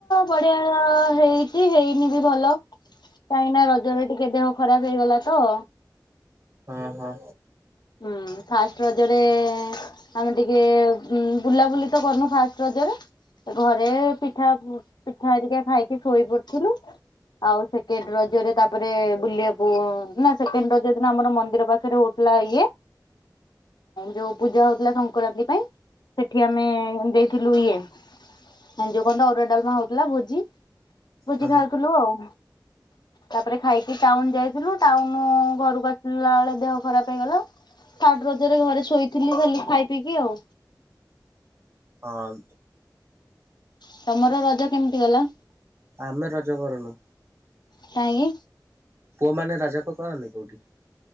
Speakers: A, on the left; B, on the right.
A: ବଢିଆ ହେଇଛି ହେଇନି ବି ଭଲ କାହିଁକି ନା ରଜ ଜରେ ଟିକେ ଦେହ ଖରାପ ହେଇଗଲା ତ
B: ହଁ ହଁ,
A: ହୁଁ ଫାଷ୍ଟ ରଜରେ ଆମେ ଟିକେ ବୁଲାବୁଲି ତ କରନୁ ଫାଷ୍ଟ ରଜ ଜରେ ଘରେ ପିଠା ପିଠା ହେରିକା ଖାଇକି ଶୋଇ ପଡିଥିଲୁ। ଆଉ ସେକେଣ୍ଡ ରଜରେ ତାପରେ ବୁଲିବାକୁ ନା ସେକେଣ୍ଡ ରଜ ଦିନ ଆମର ମନ୍ଦିର ପାଖରେ ହଉଥିଲା ଇଏ ଯୋଉ ପୂଜା ହଉଥିଲା ସଂକ୍ରାନ୍ତି ପାଇଁ ସେଠି ଆମେ ଦେଇଥିଲୁ ଇଏ ଯୋଉ ଖଣ୍ଡ ଅରୁଆ ଡାଲମା ହଉଥିଲା ଭୋଜି ଭୋଜି
B: ହଁ
A: ଖାଉଥିଲୁ
B: ହଁ
A: ଆଉ ତାପରେ ଖାଇକି ଟାଉନ ଯାଇଥିଲୁ ଟାଉନ ଘରକୁ ଆସିଲା ବେଳେ ଦେହ ଖରାପ ହେଇଗଲା ଥାର୍ଡ ରଜରେ ଘରେ ଶୋଇଥିଲି ଖାଲି ଖାଇ ପିଇକି ଆଉ।
B: ହଁ,
A: ତମର ରଜ କେମିତି ଗଲା।
B: ଆମେ ରଜ କରୁନୁ।
A: କାଇଁକି?
B: ପୁଅ ମାନେ ରାଜାକ କରନ୍ତି କୋଉଠି